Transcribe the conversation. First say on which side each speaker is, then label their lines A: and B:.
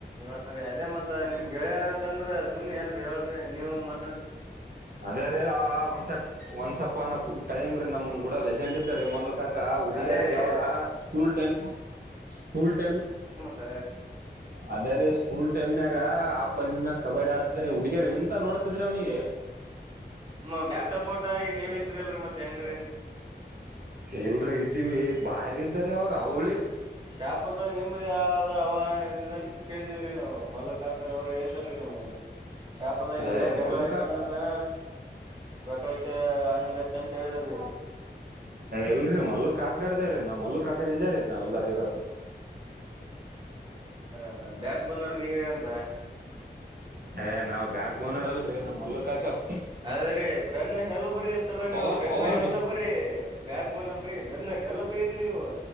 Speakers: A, on the right; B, on the right.
A: ಹಾ ರೀ ಅದೇ ಮತ್ತತ್ ನಿಮ್ಗ್ ಗೆಳೆಯರ ಅಂದ್ರ ಸುಮ್ನೆಿ ಏನ್ರರಿ ಹೇಳ್ರಿ ನೀವು್ ಮ
B: ಅದೇ ರೆ ಆ ಒಂದ್ಸ ಒಂದ್ಸಪ್ ಒ ಟೈಮ್ ನಮ್ ಕೂಡ ಲೆಜೆಂಡ್ ಇದ್ದಾರೆ ಮೊ ಕ ಹಡಿಯರ್
A: ಅದೇ ರೀ
B: ಯಾವಾಗ ಸ್ಕೂಲ್ ಟೈಮ್ ಸ್ಕೂಲ್ ಟೈಮ್
A: ತ್
B: ಅದೇ ರೀ ಸ್ಕೂಲ್ ಟೈಮ್ನಾಗ ಆಬ್ ಬಂದ ಮ್ಯಾಗ ಕಬಡ್ಡಿ ಆಡ್ತ್ರ ಹುಡುಗರ್ ಎಂತ ನೋಡ್ತಿದ್ರಿ ಅವನಿಿಗೆ
A: ಮ ಬ್ಯಾಕ್ ಸಪೋರ್ಟ್ ಆಗಿ ನೀವ್ ಇದ್ರಿಲ್ರರಿ ಮತ್ತೆ ಹೆಂಗ್ರೀ
B: ಏನ್ರ ಇದ್ದೀವಿ ಬಾರ ಇದ್ದಾರೆ ಅವಾಗ ಅವ್ಳಿ
A: ಶಾಪುರದಲ್ಲಿ ನಿಮ್ದೇ ಯ ಆಂತ ಕೇಳಿದಿವವ್ರೀ ನಾವು ಮಲಕ್ ಹಾಕ ರ್ ಅವರು ಹೇಳಿದ್ರೀ ನಮಗೆ ಯ್ಯಾಪಾರದಾಗ ಎಲ್ಲಿನ್
B: ಏ
A: ಜಗಳ
B: ಮಲ್ಲು
A: ಯ್ತ
B: ಕಾಕ
A: ಅಂದ್ರನ ಪ್ರಕಾಶ ಅಣ್ಣಗಚ್ಚ ಅಂತ ಹೇಳಿದ್ರಿ
B: ಎಲ್ರಿ ಮಲ್ಲು ಕಾಕರ್ದೇ ರೀ ನಮ್ಮ ಮಲ್ಲು ಕಾಕರ್ಿಂದೇ ರೀ ನಾವೆಲ್ಲಾರ ಇರೋದು
A: ಹ ಬ್ಯಾಕ್ ಬೋನ್ನೀವ ಅಂತ
B: ಏ ನಾವ್ ಬ್ಯಾಕ್ ಬೋನರ್ ಅಲ್ರರಿ ನಮ್ಮ್ ಮಲ್ಲೂಕ್ಕಪ್
A: ಅದೇರರಿ ಬೆನ್ನ ಹೆಲ್ಲ ಬರಿ ಸರ
B: ಪವರ್
A: ನೀವು ಬೆನ್ನ
B: ಪವರ್
A: ಹೆಲ್ಲ ಬರಿ ಬ್ಯಾಗ್ ಬನಲ್ರಿ ಬೆನ್ನ ಹೆಲ್ ಬರಿ ನೀವು